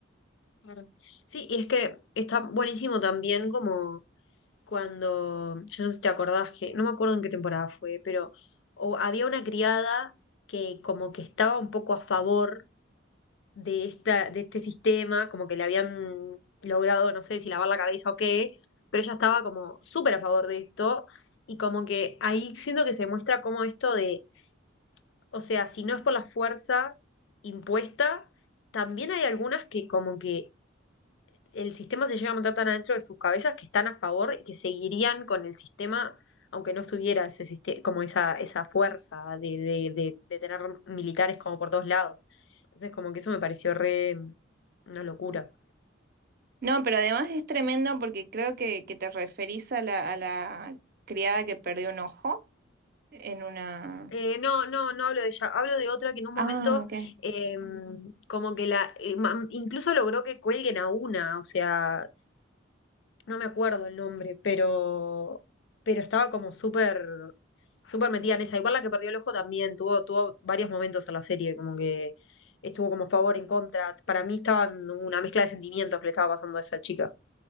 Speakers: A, on the left (about 65°); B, on the right (about 50°).
A: Claro. Sí, y es que está buenísimo también como cuando, yo no sé si te acordás que, no me acuerdo en qué temporada fue, pero o había una criada que como que estaba un poco a favor de esta, de este sistema, como que le habían logrado, no sé si lavar la cabeza o qué, pero ella estaba como súper a favor de esto, y como que ahí siento que se muestra como esto de, o sea, si no es por la fuerza impuesta, también hay algunas que como que el sistema se llega a montar tan adentro de sus cabezas que están a favor y que seguirían con el sistema, aunque no estuviera ese sistema, como esa, esa fuerza de, de, de, de tener militares como por todos lados. Entonces, como que eso me pareció re una locura.
B: No, pero además es tremendo porque creo que, que te referís a la, a la criada que perdió un ojo en una...
A: Eh, no, no, no hablo de ella, hablo de otra que en un
B: Ah,
A: momento
B: ok.
A: eh, como que la, eh, ma- incluso logró que cuelguen a una, o sea, no me acuerdo el nombre, pero, pero estaba como súper, súper metida en esa. Igual la que perdió el ojo también, tuvo, tuvo varios momentos en la serie, como que estuvo como a favor, en contra. Para mí estaba en una mezcla de sentimientos que le estaba pasando a esa chica.